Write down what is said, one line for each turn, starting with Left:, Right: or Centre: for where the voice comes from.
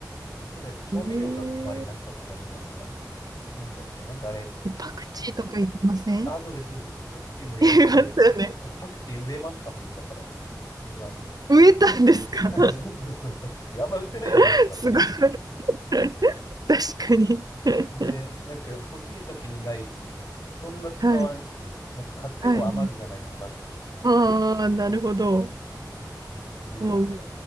Left: ただやっぱ調味料が困りました、
Right: え
Left: それもなんか。なんだっけ、なんかあれ、
Right: えパクチーとかいりません
Left: ああ、そうです、そうです。パクチーもいるんで、
Right: <laughs> いりますよね。
Left: なんかパクチー植えましたもんだから、庭に。
Right: 植えたんですか
Left: <laughs> そうそうそう、パクチー。あんま売ってないじゃないですか、
Right: <laughs> すごい。
Left: パクチーって。
Right: <laughs> 確かに。<laughs>
Left: ね、なんか欲しい時にないし、そんな使わんし、
Right: はい。
Left: なんか買っても余るじゃないですか、
Right: はい。
Left: バクティって。
Right: ああ、なるほど。
Left: そうです。だから植えました。
Right: もう、埋